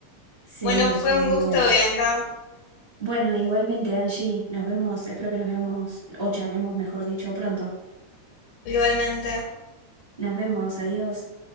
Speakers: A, on the right; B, on the left.
A: Sí,
B: Bueno, fue
A: está
B: un
A: muy
B: gusto,
A: bueno.
B: Bianca.
A: Bueno, igualmente, Angie, nos vemos, espero que nos veamos o charlemos, mejor dicho, pronto.
B: Igualmente.
A: Nos vemos, adiós.